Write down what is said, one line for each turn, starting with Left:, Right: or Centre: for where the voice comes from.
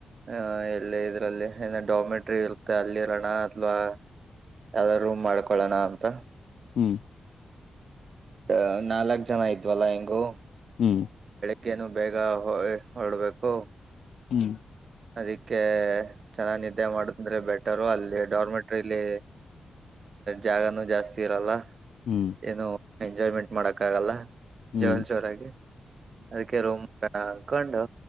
Right: ಆಹ ಎಲ್ಲ ಇದ್ರಲ್ಲಿ ಡಾಮೆಟ್ರಿ ಇರುತ್ತೆ ಅಲ್ಲಿರಣ ಅಥವಾ ಯಾವ್ದಾರೂ ರೂಮ್ ಮಾಡ್ಕೋಂಡ್ ಪಳಣ ಅಂತ
Left: ಹ್ಮ್
Right: ಅ ನಾಲ್ಕು ಜನ ಆಯ್ತ್ ಜ್ವಲ ಎಂಗೂ
Left: ಹ್ಮ್
Right: ಕ್ಕೇನು ಬೇಗ ಹೊಯ್ ಹೊರ್ಡ್ಬೇಕು
Left: ಹ್ಮ್
Right: ಅದಕ್ಕೆ ಚೆನ್ನ ನಿದ್ದೆ ಮಾಡಿದ್ರೆ ಬೆಟರು ಅಲ್ಲಿ ಡಾರ್ಮೆಂಟ್ ಟಲ್ಲಿ ಜಾಗನೂ ಜಾಸ್ತಿ ಇರಲ್ಲ
Left: ಹ್ಮ್
Right: ಏನೋ ಎಂಜಾಯ್ಮೆಂಟ್ ಮಾಡಕ್ಕ್ ಆಗಲ್ಲ
Left: ಹ್ಮ್
Right: ಜಲ್ ಜೋರಾಗಿ, ಅದಕ್ಕೆ ರೋಮ್ ಆ ಹಾಕೊಂಡು